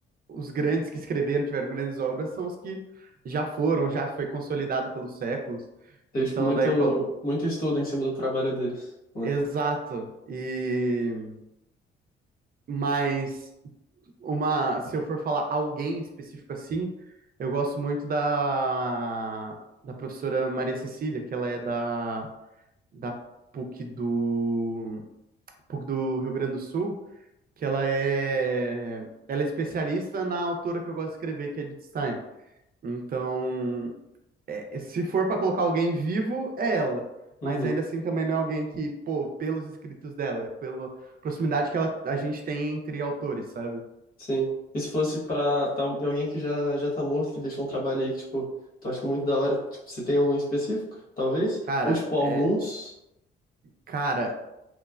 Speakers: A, on the right; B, on the left.
A: os grandes que escreveram, tiveram grandes obras, são os que já foram, já foi consolidado pelos séculos.
B: Teve,
A: Então,
B: tipo, muito,
A: daí eu,
B: muito estudo em cima do trabalho deles, né?
A: Exato. E mas uma, se eu for falar alguém específico assim, eu gosto muito da da professora Maria Cecília, que ela é da da PUC do PUC do Rio Grande do Sul, que ela é ela é especialista na autora que eu gosto de escrever, que é Edith Stein. Então, é, se for pra colocar alguém vivo, é ela.
B: Uhum,
A: Mas ainda assim também não é alguém que, pô, pelos escritos dela, pela proximidade que ela, a gente tem entre autores, sabe?
B: sim. E se fosse pra tal- alguém que já, já tá morto, que deixou um trabalho aí que, tipo, tu acha muito da hora, tipo, você tem algum específico, talvez?
A: Cara,
B: Ou, tipo, alguns?
A: é, cara,